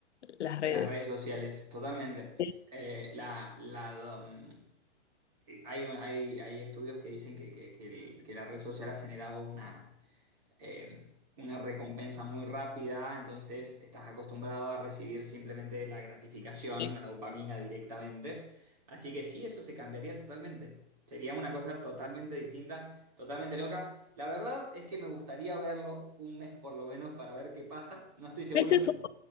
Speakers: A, on the left; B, on the right.
A: las redes.
B: Las redes sociales, totalmente.
A: Sí.
B: Eh, la, la, um, eh, Hay, un- hay, hay estudios que dicen que, que- que el- que la red social ha generado una, eh, una recompensa muy rápida, entonces estás acostumbrado a recibir simplemente la gratificación,
A: Bueno,
B: la dopamina directamente. Así que sí, eso se cambiaría totalmente. Sería una cosa totalmente distinta, totalmente loca. La verdad es que me gustaría verlo un mes por lo menos para ver qué pasa. No estoy seguro
A: meses
B: si
A: un